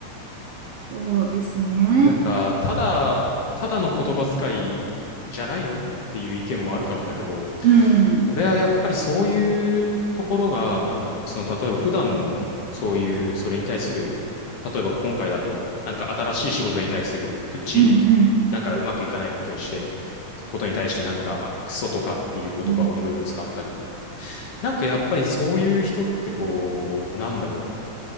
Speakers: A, on the right (about 70°); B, on the left (about 55°).
A: そうですね。
B: なんか、ただ、ただの言葉遣いじゃないのっていう意見もあるかもだけど、
A: うん、うん、
B: 俺はやっぱりそういうところが、なんだろう、その例えば普段のそういう、それに対する、例えば今回だと、なんか新しい仕事に対する愚痴
A: うん、
B: なんかうまくいかないことにして、ことに対してなんかクソとかっていう言葉をいろいろ使ったり。
A: うん。
B: なんかやっぱりそういう人ってこう、なんだろ